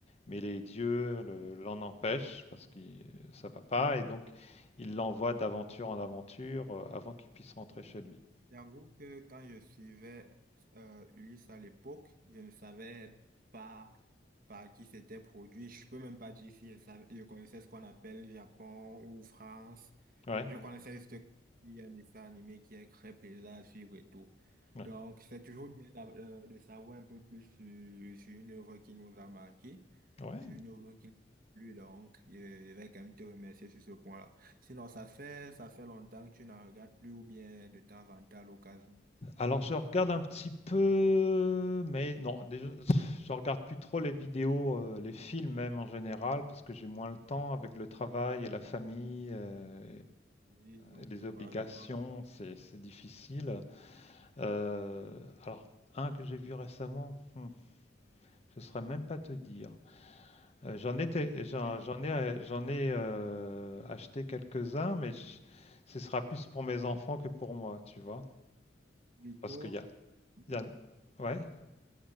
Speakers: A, on the left (about 35°); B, on the right (about 50°).
A: Mais les dieux le- l'en empêchent parce que euh, ça va pas et donc il l'envoie d'aventure en aventure euh, avant qu'il puisse rentrer chez lui.
B: J'avoue que quand je suivais euh, Ulysse à l'époque, je ne savais pas par qui c'était produit. Je peux même pas dire si je savais- je connaissais ce qu'on appelle Japon ou France.
A: Ouais.
B: Je connaissais juste qu'il y a un dessin animé qui est très plaisant à suivre et tout.
A: Ouais.
B: Donc, c'est toujours bien d'a- euh, de savoir un peu plus sur, sur une œuvre qui nous a marqué,
A: Ouais.
B: sur une œuvre qui nous a plu. Donc, je vais quand même te remercier sur ce point-là. Sinon, ça fait, ça fait longtemps que tu n'en regardes plus ou bien de temps en temps à l'occasion.
A: Alors je regarde un petit peu, mais non, déjà, je regarde plus trop les vidéos, euh, les films même en général, parce que j'ai moins le temps avec le travail et la famille euh,
B: Oui, je,
A: et les
B: je
A: obligations,
B: vois, je vois.
A: c'est c'est difficile. Euh, alors un que j'ai vu récemment, hmm, je ne saurais même pas te dire. Euh, j'en étais, j'en,
B: Ah,
A: j'en ai, euh, j'en ai euh, acheté quelques-uns, mais je- ce sera plus pour mes enfants que pour moi, tu vois.
B: du
A: Parce
B: coup,
A: qu'il y a,
B: du,
A: il y a- Ouais,